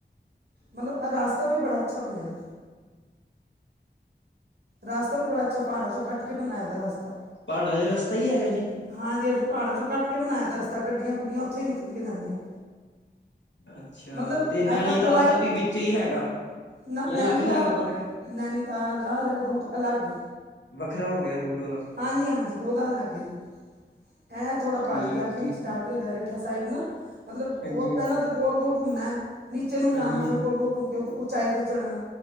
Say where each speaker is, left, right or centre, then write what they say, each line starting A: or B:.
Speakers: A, on the right; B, on the left.
A: ਮਤਲਬ ਰਾਸਤਾ ਵੀ ਬੜਾ ਅੱਛਾ ਬਣਿਆ ਹੋਇਆ। ਰਾਸਤਾ ਵੀ ਬੜਾ ਅੱਛਾ ਪਹਾੜਾ ਚੋ ਕੱਟ ਕੇ ਬਣਾਇਆ ਦਾ ਰਸਤਾ।
B: ਪਹਾੜਾਂ ਦੇ ਰਸਤਾ ਹੀ ਹੈਗਾ ਜੀ।
A: ਹਾਂਜੀ- ਹਾਂਜੀ ਪਹਾੜਾਂ ਚੋਂ ਕੱਟ ਕੇ ਬਣਾਇਆ ਦਾ ਰਸਤਾ ਗੱਡੀਆਂ- ਗੁੱਡੀਆਂ ਉੱਥੋਂ ਹੀ ਨਿਕਲ ਕੇ ਜਾਂਦੀਆਂ।
B: ਅੱਛਾ
A: ਮਤਲਬ
B: ਤੇ ਨੈਨੀਤਾਲ
A: ਏਦਾਂ ਗੋਲਾਈ,
B: ਦਾ ਵੀ ਵਿੱਚ ਹੀ ਹੈਗਾ
A: ਨਾ
B: ਜਾਂ
A: ਨੈਨੀ
B: ਅਲੱਗ
A: ਤਾਲ।
B: ਹੈਗਾ ਵੱਖਰਾ
A: ਨੈਨੀਤਾਲ ਦਾ ਰੂਟ ਅਲੱਗ ਐ।
B: ਵੱਖਰਾ ਹੋ ਗਿਆ ਰੂਟ ਉਹਦਾ
A: ਹਾਂਜੀ- ਹਾਂਜੀ ਉਹਦਾ ਅਲੱਗ ਐ ਜੀ। ਐਂ ਥੋੜਾ ਪਹਾੜੀ
B: ਠੀਕ
A: ਇਲਾਕੇ
B: ਜੀ
A: ਵਿੱਚ ਜਾ। ਹੈਗਾ ਰੀਠਾ ਸਾਹਿਬ ਨਾ ਮਤਲਬ
B: ਹਾਂਜੀ
A: ਬੋਤ ਪਹਿਲਾਂ ਤਾਂ ਗੋਲ- ਗੋਲ ਘੁੰਮਣਾ ਐ, ਨੀਚੇ ਨੂੰ ਜਾਣਾ
B: ਹਾਂਜੀ
A: ਫੇਰ ਗੋਲ- ਗੋਲ ਘੁੰਮ ਕੇ ਉਚਾਈ 'ਤੇ ਚੜਨਾ